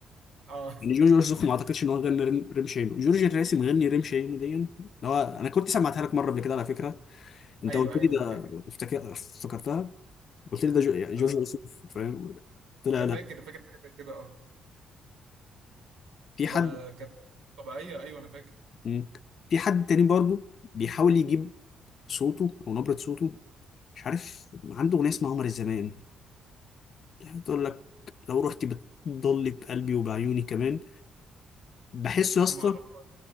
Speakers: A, on the right; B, on the left.
A: اه
B: يعني جورج وسوف ما اعتقدش ان هو غنى رم- رمش عينه جورج الراسي مغني رمش عينه دي اللي هو انا كنت سمعتها لك مره قبل كده على فكره
A: <laughs>
B: انت
A: ايوه
B: قلت
A: ايوه
B: لي ده
A: انا فاكر
B: افتكر افتكرتها قلت لي ده جو- يعني
A: اه
B: جورج وسوف فاهم طلع
A: انا
B: لا
A: فاكر فاكر حاجه زي كده اه
B: في
A: ده
B: حد
A: كانت مش طبيعيه ايوه انا فاكر
B: مم. في حد تاني برضه بيحاول يجيب صوته او نبره صوته مش عارف عنده اغنيه اسمها قمر الزمان يعني تقول لك لو رحت بتضل بقلبي وبعيوني كمان بحسه يا اسطى
A: ما اعرفهاش